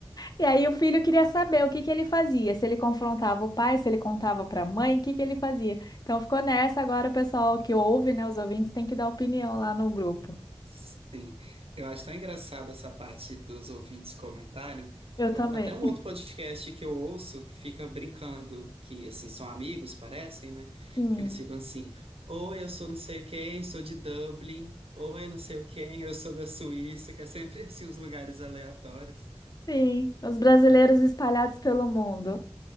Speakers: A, on the left; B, on the right.
A: E aí o filho queria saber o que que ele fazia, se ele confrontava o pai, se ele contava para a mãe, o que que ele fazia. Então ficou nessa, agora o pessoal que ouve, né, os ouvintes tem que dar opinião lá no grupo.
B: Sim. Eu acho tão engraçado essa parte dos ouvintes comentarem.
A: Eu
B: Eu-
A: também.
B: até um outro podcast que eu ouço fica brincando, que assim, são amigos, parecem, né?
A: Hum,
B: Que eles ficam assim, ou eu sou não sei quem, sou de Dublin, ou eu não sei o quem, eu sou da Suíça, que é sempre assim, os lugares aleatórios.
A: sim, os brasileiros espalhados pelo mundo.